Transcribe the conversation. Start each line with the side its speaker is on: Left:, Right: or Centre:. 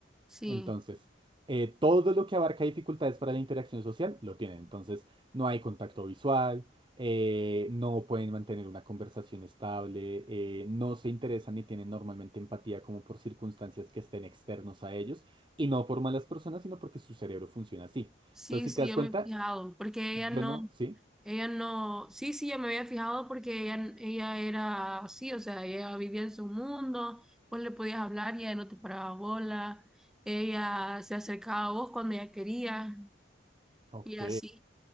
Centre: Sí,
Right: Entonces, eh, todo lo que abarca dificultades para la interacción social lo tienen. Entonces, no hay contacto visual, eh, no pueden mantener una conversación estable, eh, no se interesan ni tienen normalmente empatía como por circunstancias que estén externos a ellos, y no por malas personas, sino porque su cerebro funciona así.
Centre: sí,
Right: Entonces, si
Centre: sí,
Right: te das
Centre: yo
Right: cuenta,
Centre: me he fijado, porque ella
Right: yo
Centre: no,
Right: no, sí,
Centre: ella no, sí, sí, yo me había fijado porque ella, ella era así, o sea, ella vivía en su mundo, vos le podías hablar y ella no te paraba bola, ella se acercaba a vos cuando ella quería
Right: ok.
Centre: y así.